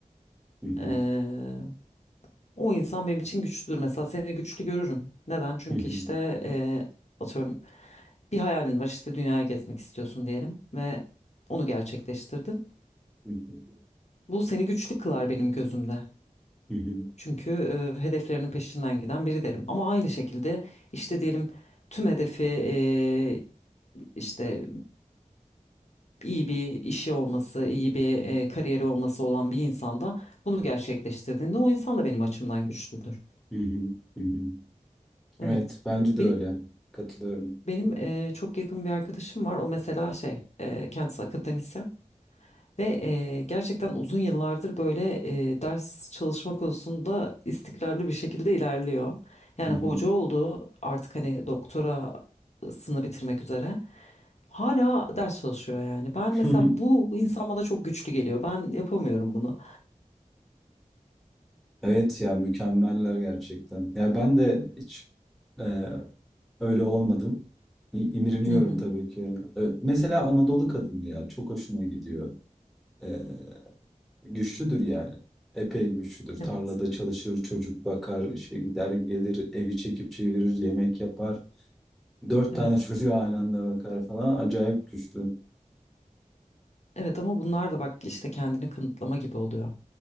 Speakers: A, in the centre; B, on the left.
A: hı hı,
B: eee, o insan benim için güçlüdür. Mesela seni güçlü görürüm. Neden? Çünkü
A: hı hı,
B: işte eee, atıyorum bir hayalin var işte dünyayı gezmek istiyorsun diyelim ve onu gerçekleştirdin.
A: hı hı,
B: Bu seni güçlü kılar benim gözümde.
A: hı hı,
B: Çünkü eee, hedeflerinin peşinden giden biri derim. Ama aynı şekilde işte diyelim tüm hedefi eee, işte iyi bir işi olması, iyi bir e, kariyeri olması olan bir insanda bunu gerçekleştirdiğinde o insan da benim açımdan güçlüdür.
A: hı hı, hı hı.
B: Evet.
A: Evet bence de
B: Benim
A: öyle. Katılıyorum.
B: benim e, çok yakın bir arkadaşım var. O mesela şey, e, kendisi akademisyen ve e, gerçekten uzun yıllardır böyle e, ders çalışma konusunda istikrarlı bir şekilde ilerliyor. Yani
A: Hı hı.
B: hoca oldu, artık hani doktorasını bitirmek üzere. Hala ders çalışıyor yani. Ben
A: <laughs>
B: mesela bu insan bana çok güçlü geliyor. Ben yapamıyorum bunu.
A: Evet ya mükemmeller gerçekten. Ya ben de hiç e, öyle olmadım. İ- İmreniyorum
B: Hı hı.
A: tabii ki. E, mesela Anadolu kadını ya çok hoşuma gidiyor. E, Güçlüdür yani. Epey güçlüdür. Tarlada
B: Evet.
A: çalışır, çocuk bakar, işe gider gelir, evi çekip çevirir, yemek yapar. Dört
B: Evet.
A: tane <laughs> çocuğu aynı anda bakar falan. Acayip güçlü.
B: Evet ama bunlar da bak işte kendini kanıtlama gibi oluyor.